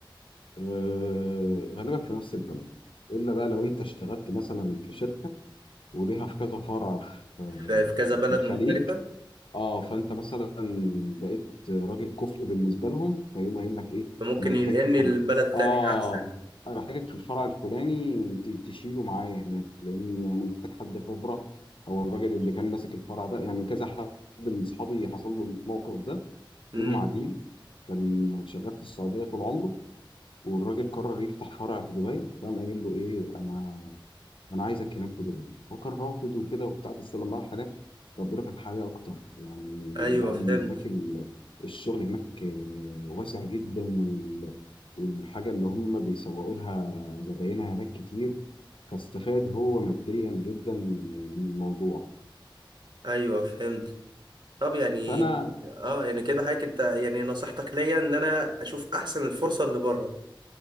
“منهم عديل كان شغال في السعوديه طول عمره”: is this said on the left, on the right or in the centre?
Left